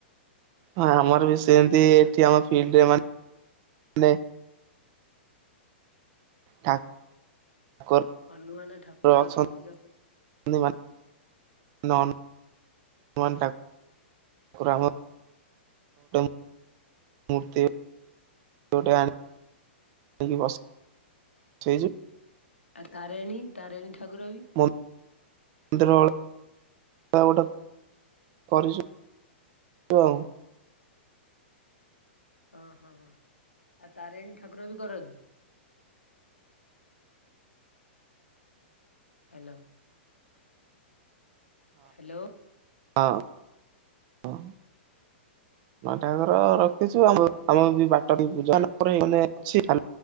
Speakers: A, on the right; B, on the left.
A: ହଁ ଆମର ବି ସେମତି ଏଠି ଆମ ଫିଲ୍ଡରେ ମାନେ ତା <unintelligible> <unintelligible>
B: ହନୁମାନ ଠାକୁର
A: ାକୁଠାକୁହମଟ
B: ରଖିକି ପୂଜା କରନ୍ତି।
A: <unintelligible> ମତିଟେ ଆଣି <unintelligible> ବ ସେଇ <unintelligible>
B: ଆ ତାରେଣୀ, ତାରେଣୀ ଠାକୁର ବି
A: ମୁ ମନ୍ଦର <unintelligible> ଗୋଟ କରି <unintelligible>
B: ଓ ହଁ, ଆଉ ତାରିଣୀ ଠାକୁର ବି କରନ୍ତି? ହାଲୋ ହାଲୋ
A: ହଁ ହଁ।
B: ହ <unintelligible>
A: ଠାକର ରଖିଛୁ ଆମ <unintelligible> ବି ବାଟ ଅ